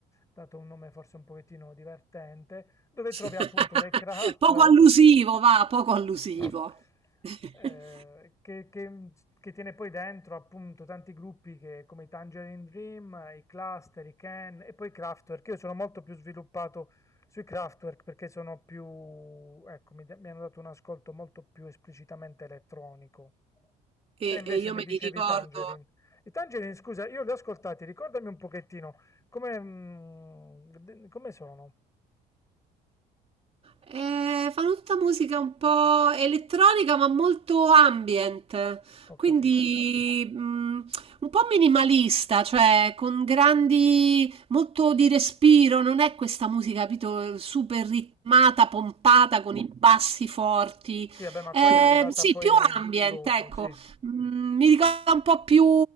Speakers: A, on the left (about 20°); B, on the right (about 35°).
A: dato un nome forse un pochettino divertente dove
B: <laughs>
A: trovi appunto del Kraftwerk
B: Poco allusivo va, poco allusivo.
A: <laughs>
B: <laughs>
A: eh, che, che- che tiene poi dentro appunto tanti gruppi che- come i Tangerine Dream, i Cluster, i Can e poi i Kraftwerk. Io sono molto più sviluppato sui Kraftwerk perché sono più, ecco, mi, da- mi hanno dato un ascolto molto più esplicitamente elettronico. Te
B: E
A: invece
B: e io
A: mi
B: me
A: dicevi
B: li ricordo.
A: i Tangerine. I Tangerine, scusa, io li ho ascoltati, ricordami un pochettino come, mm, de- come sono.
B: Ehm, fanno tutta musica un po' elettronica, ma molto ambient,
A: Ho capito.
B: quindi, mhmm, un po' minimalista, cioè con grandi molto di respiro, non è questa musica, capito, super ritmata, pompata, con i bassi forti.
A: Sì, vabbè, ma
B: Ehm,
A: quella è arrivata
B: sì,
A: poi
B: più ambient,
A: dopo,
B: ecco.
A: sì.
B: Mm, mi ricorda un po' più,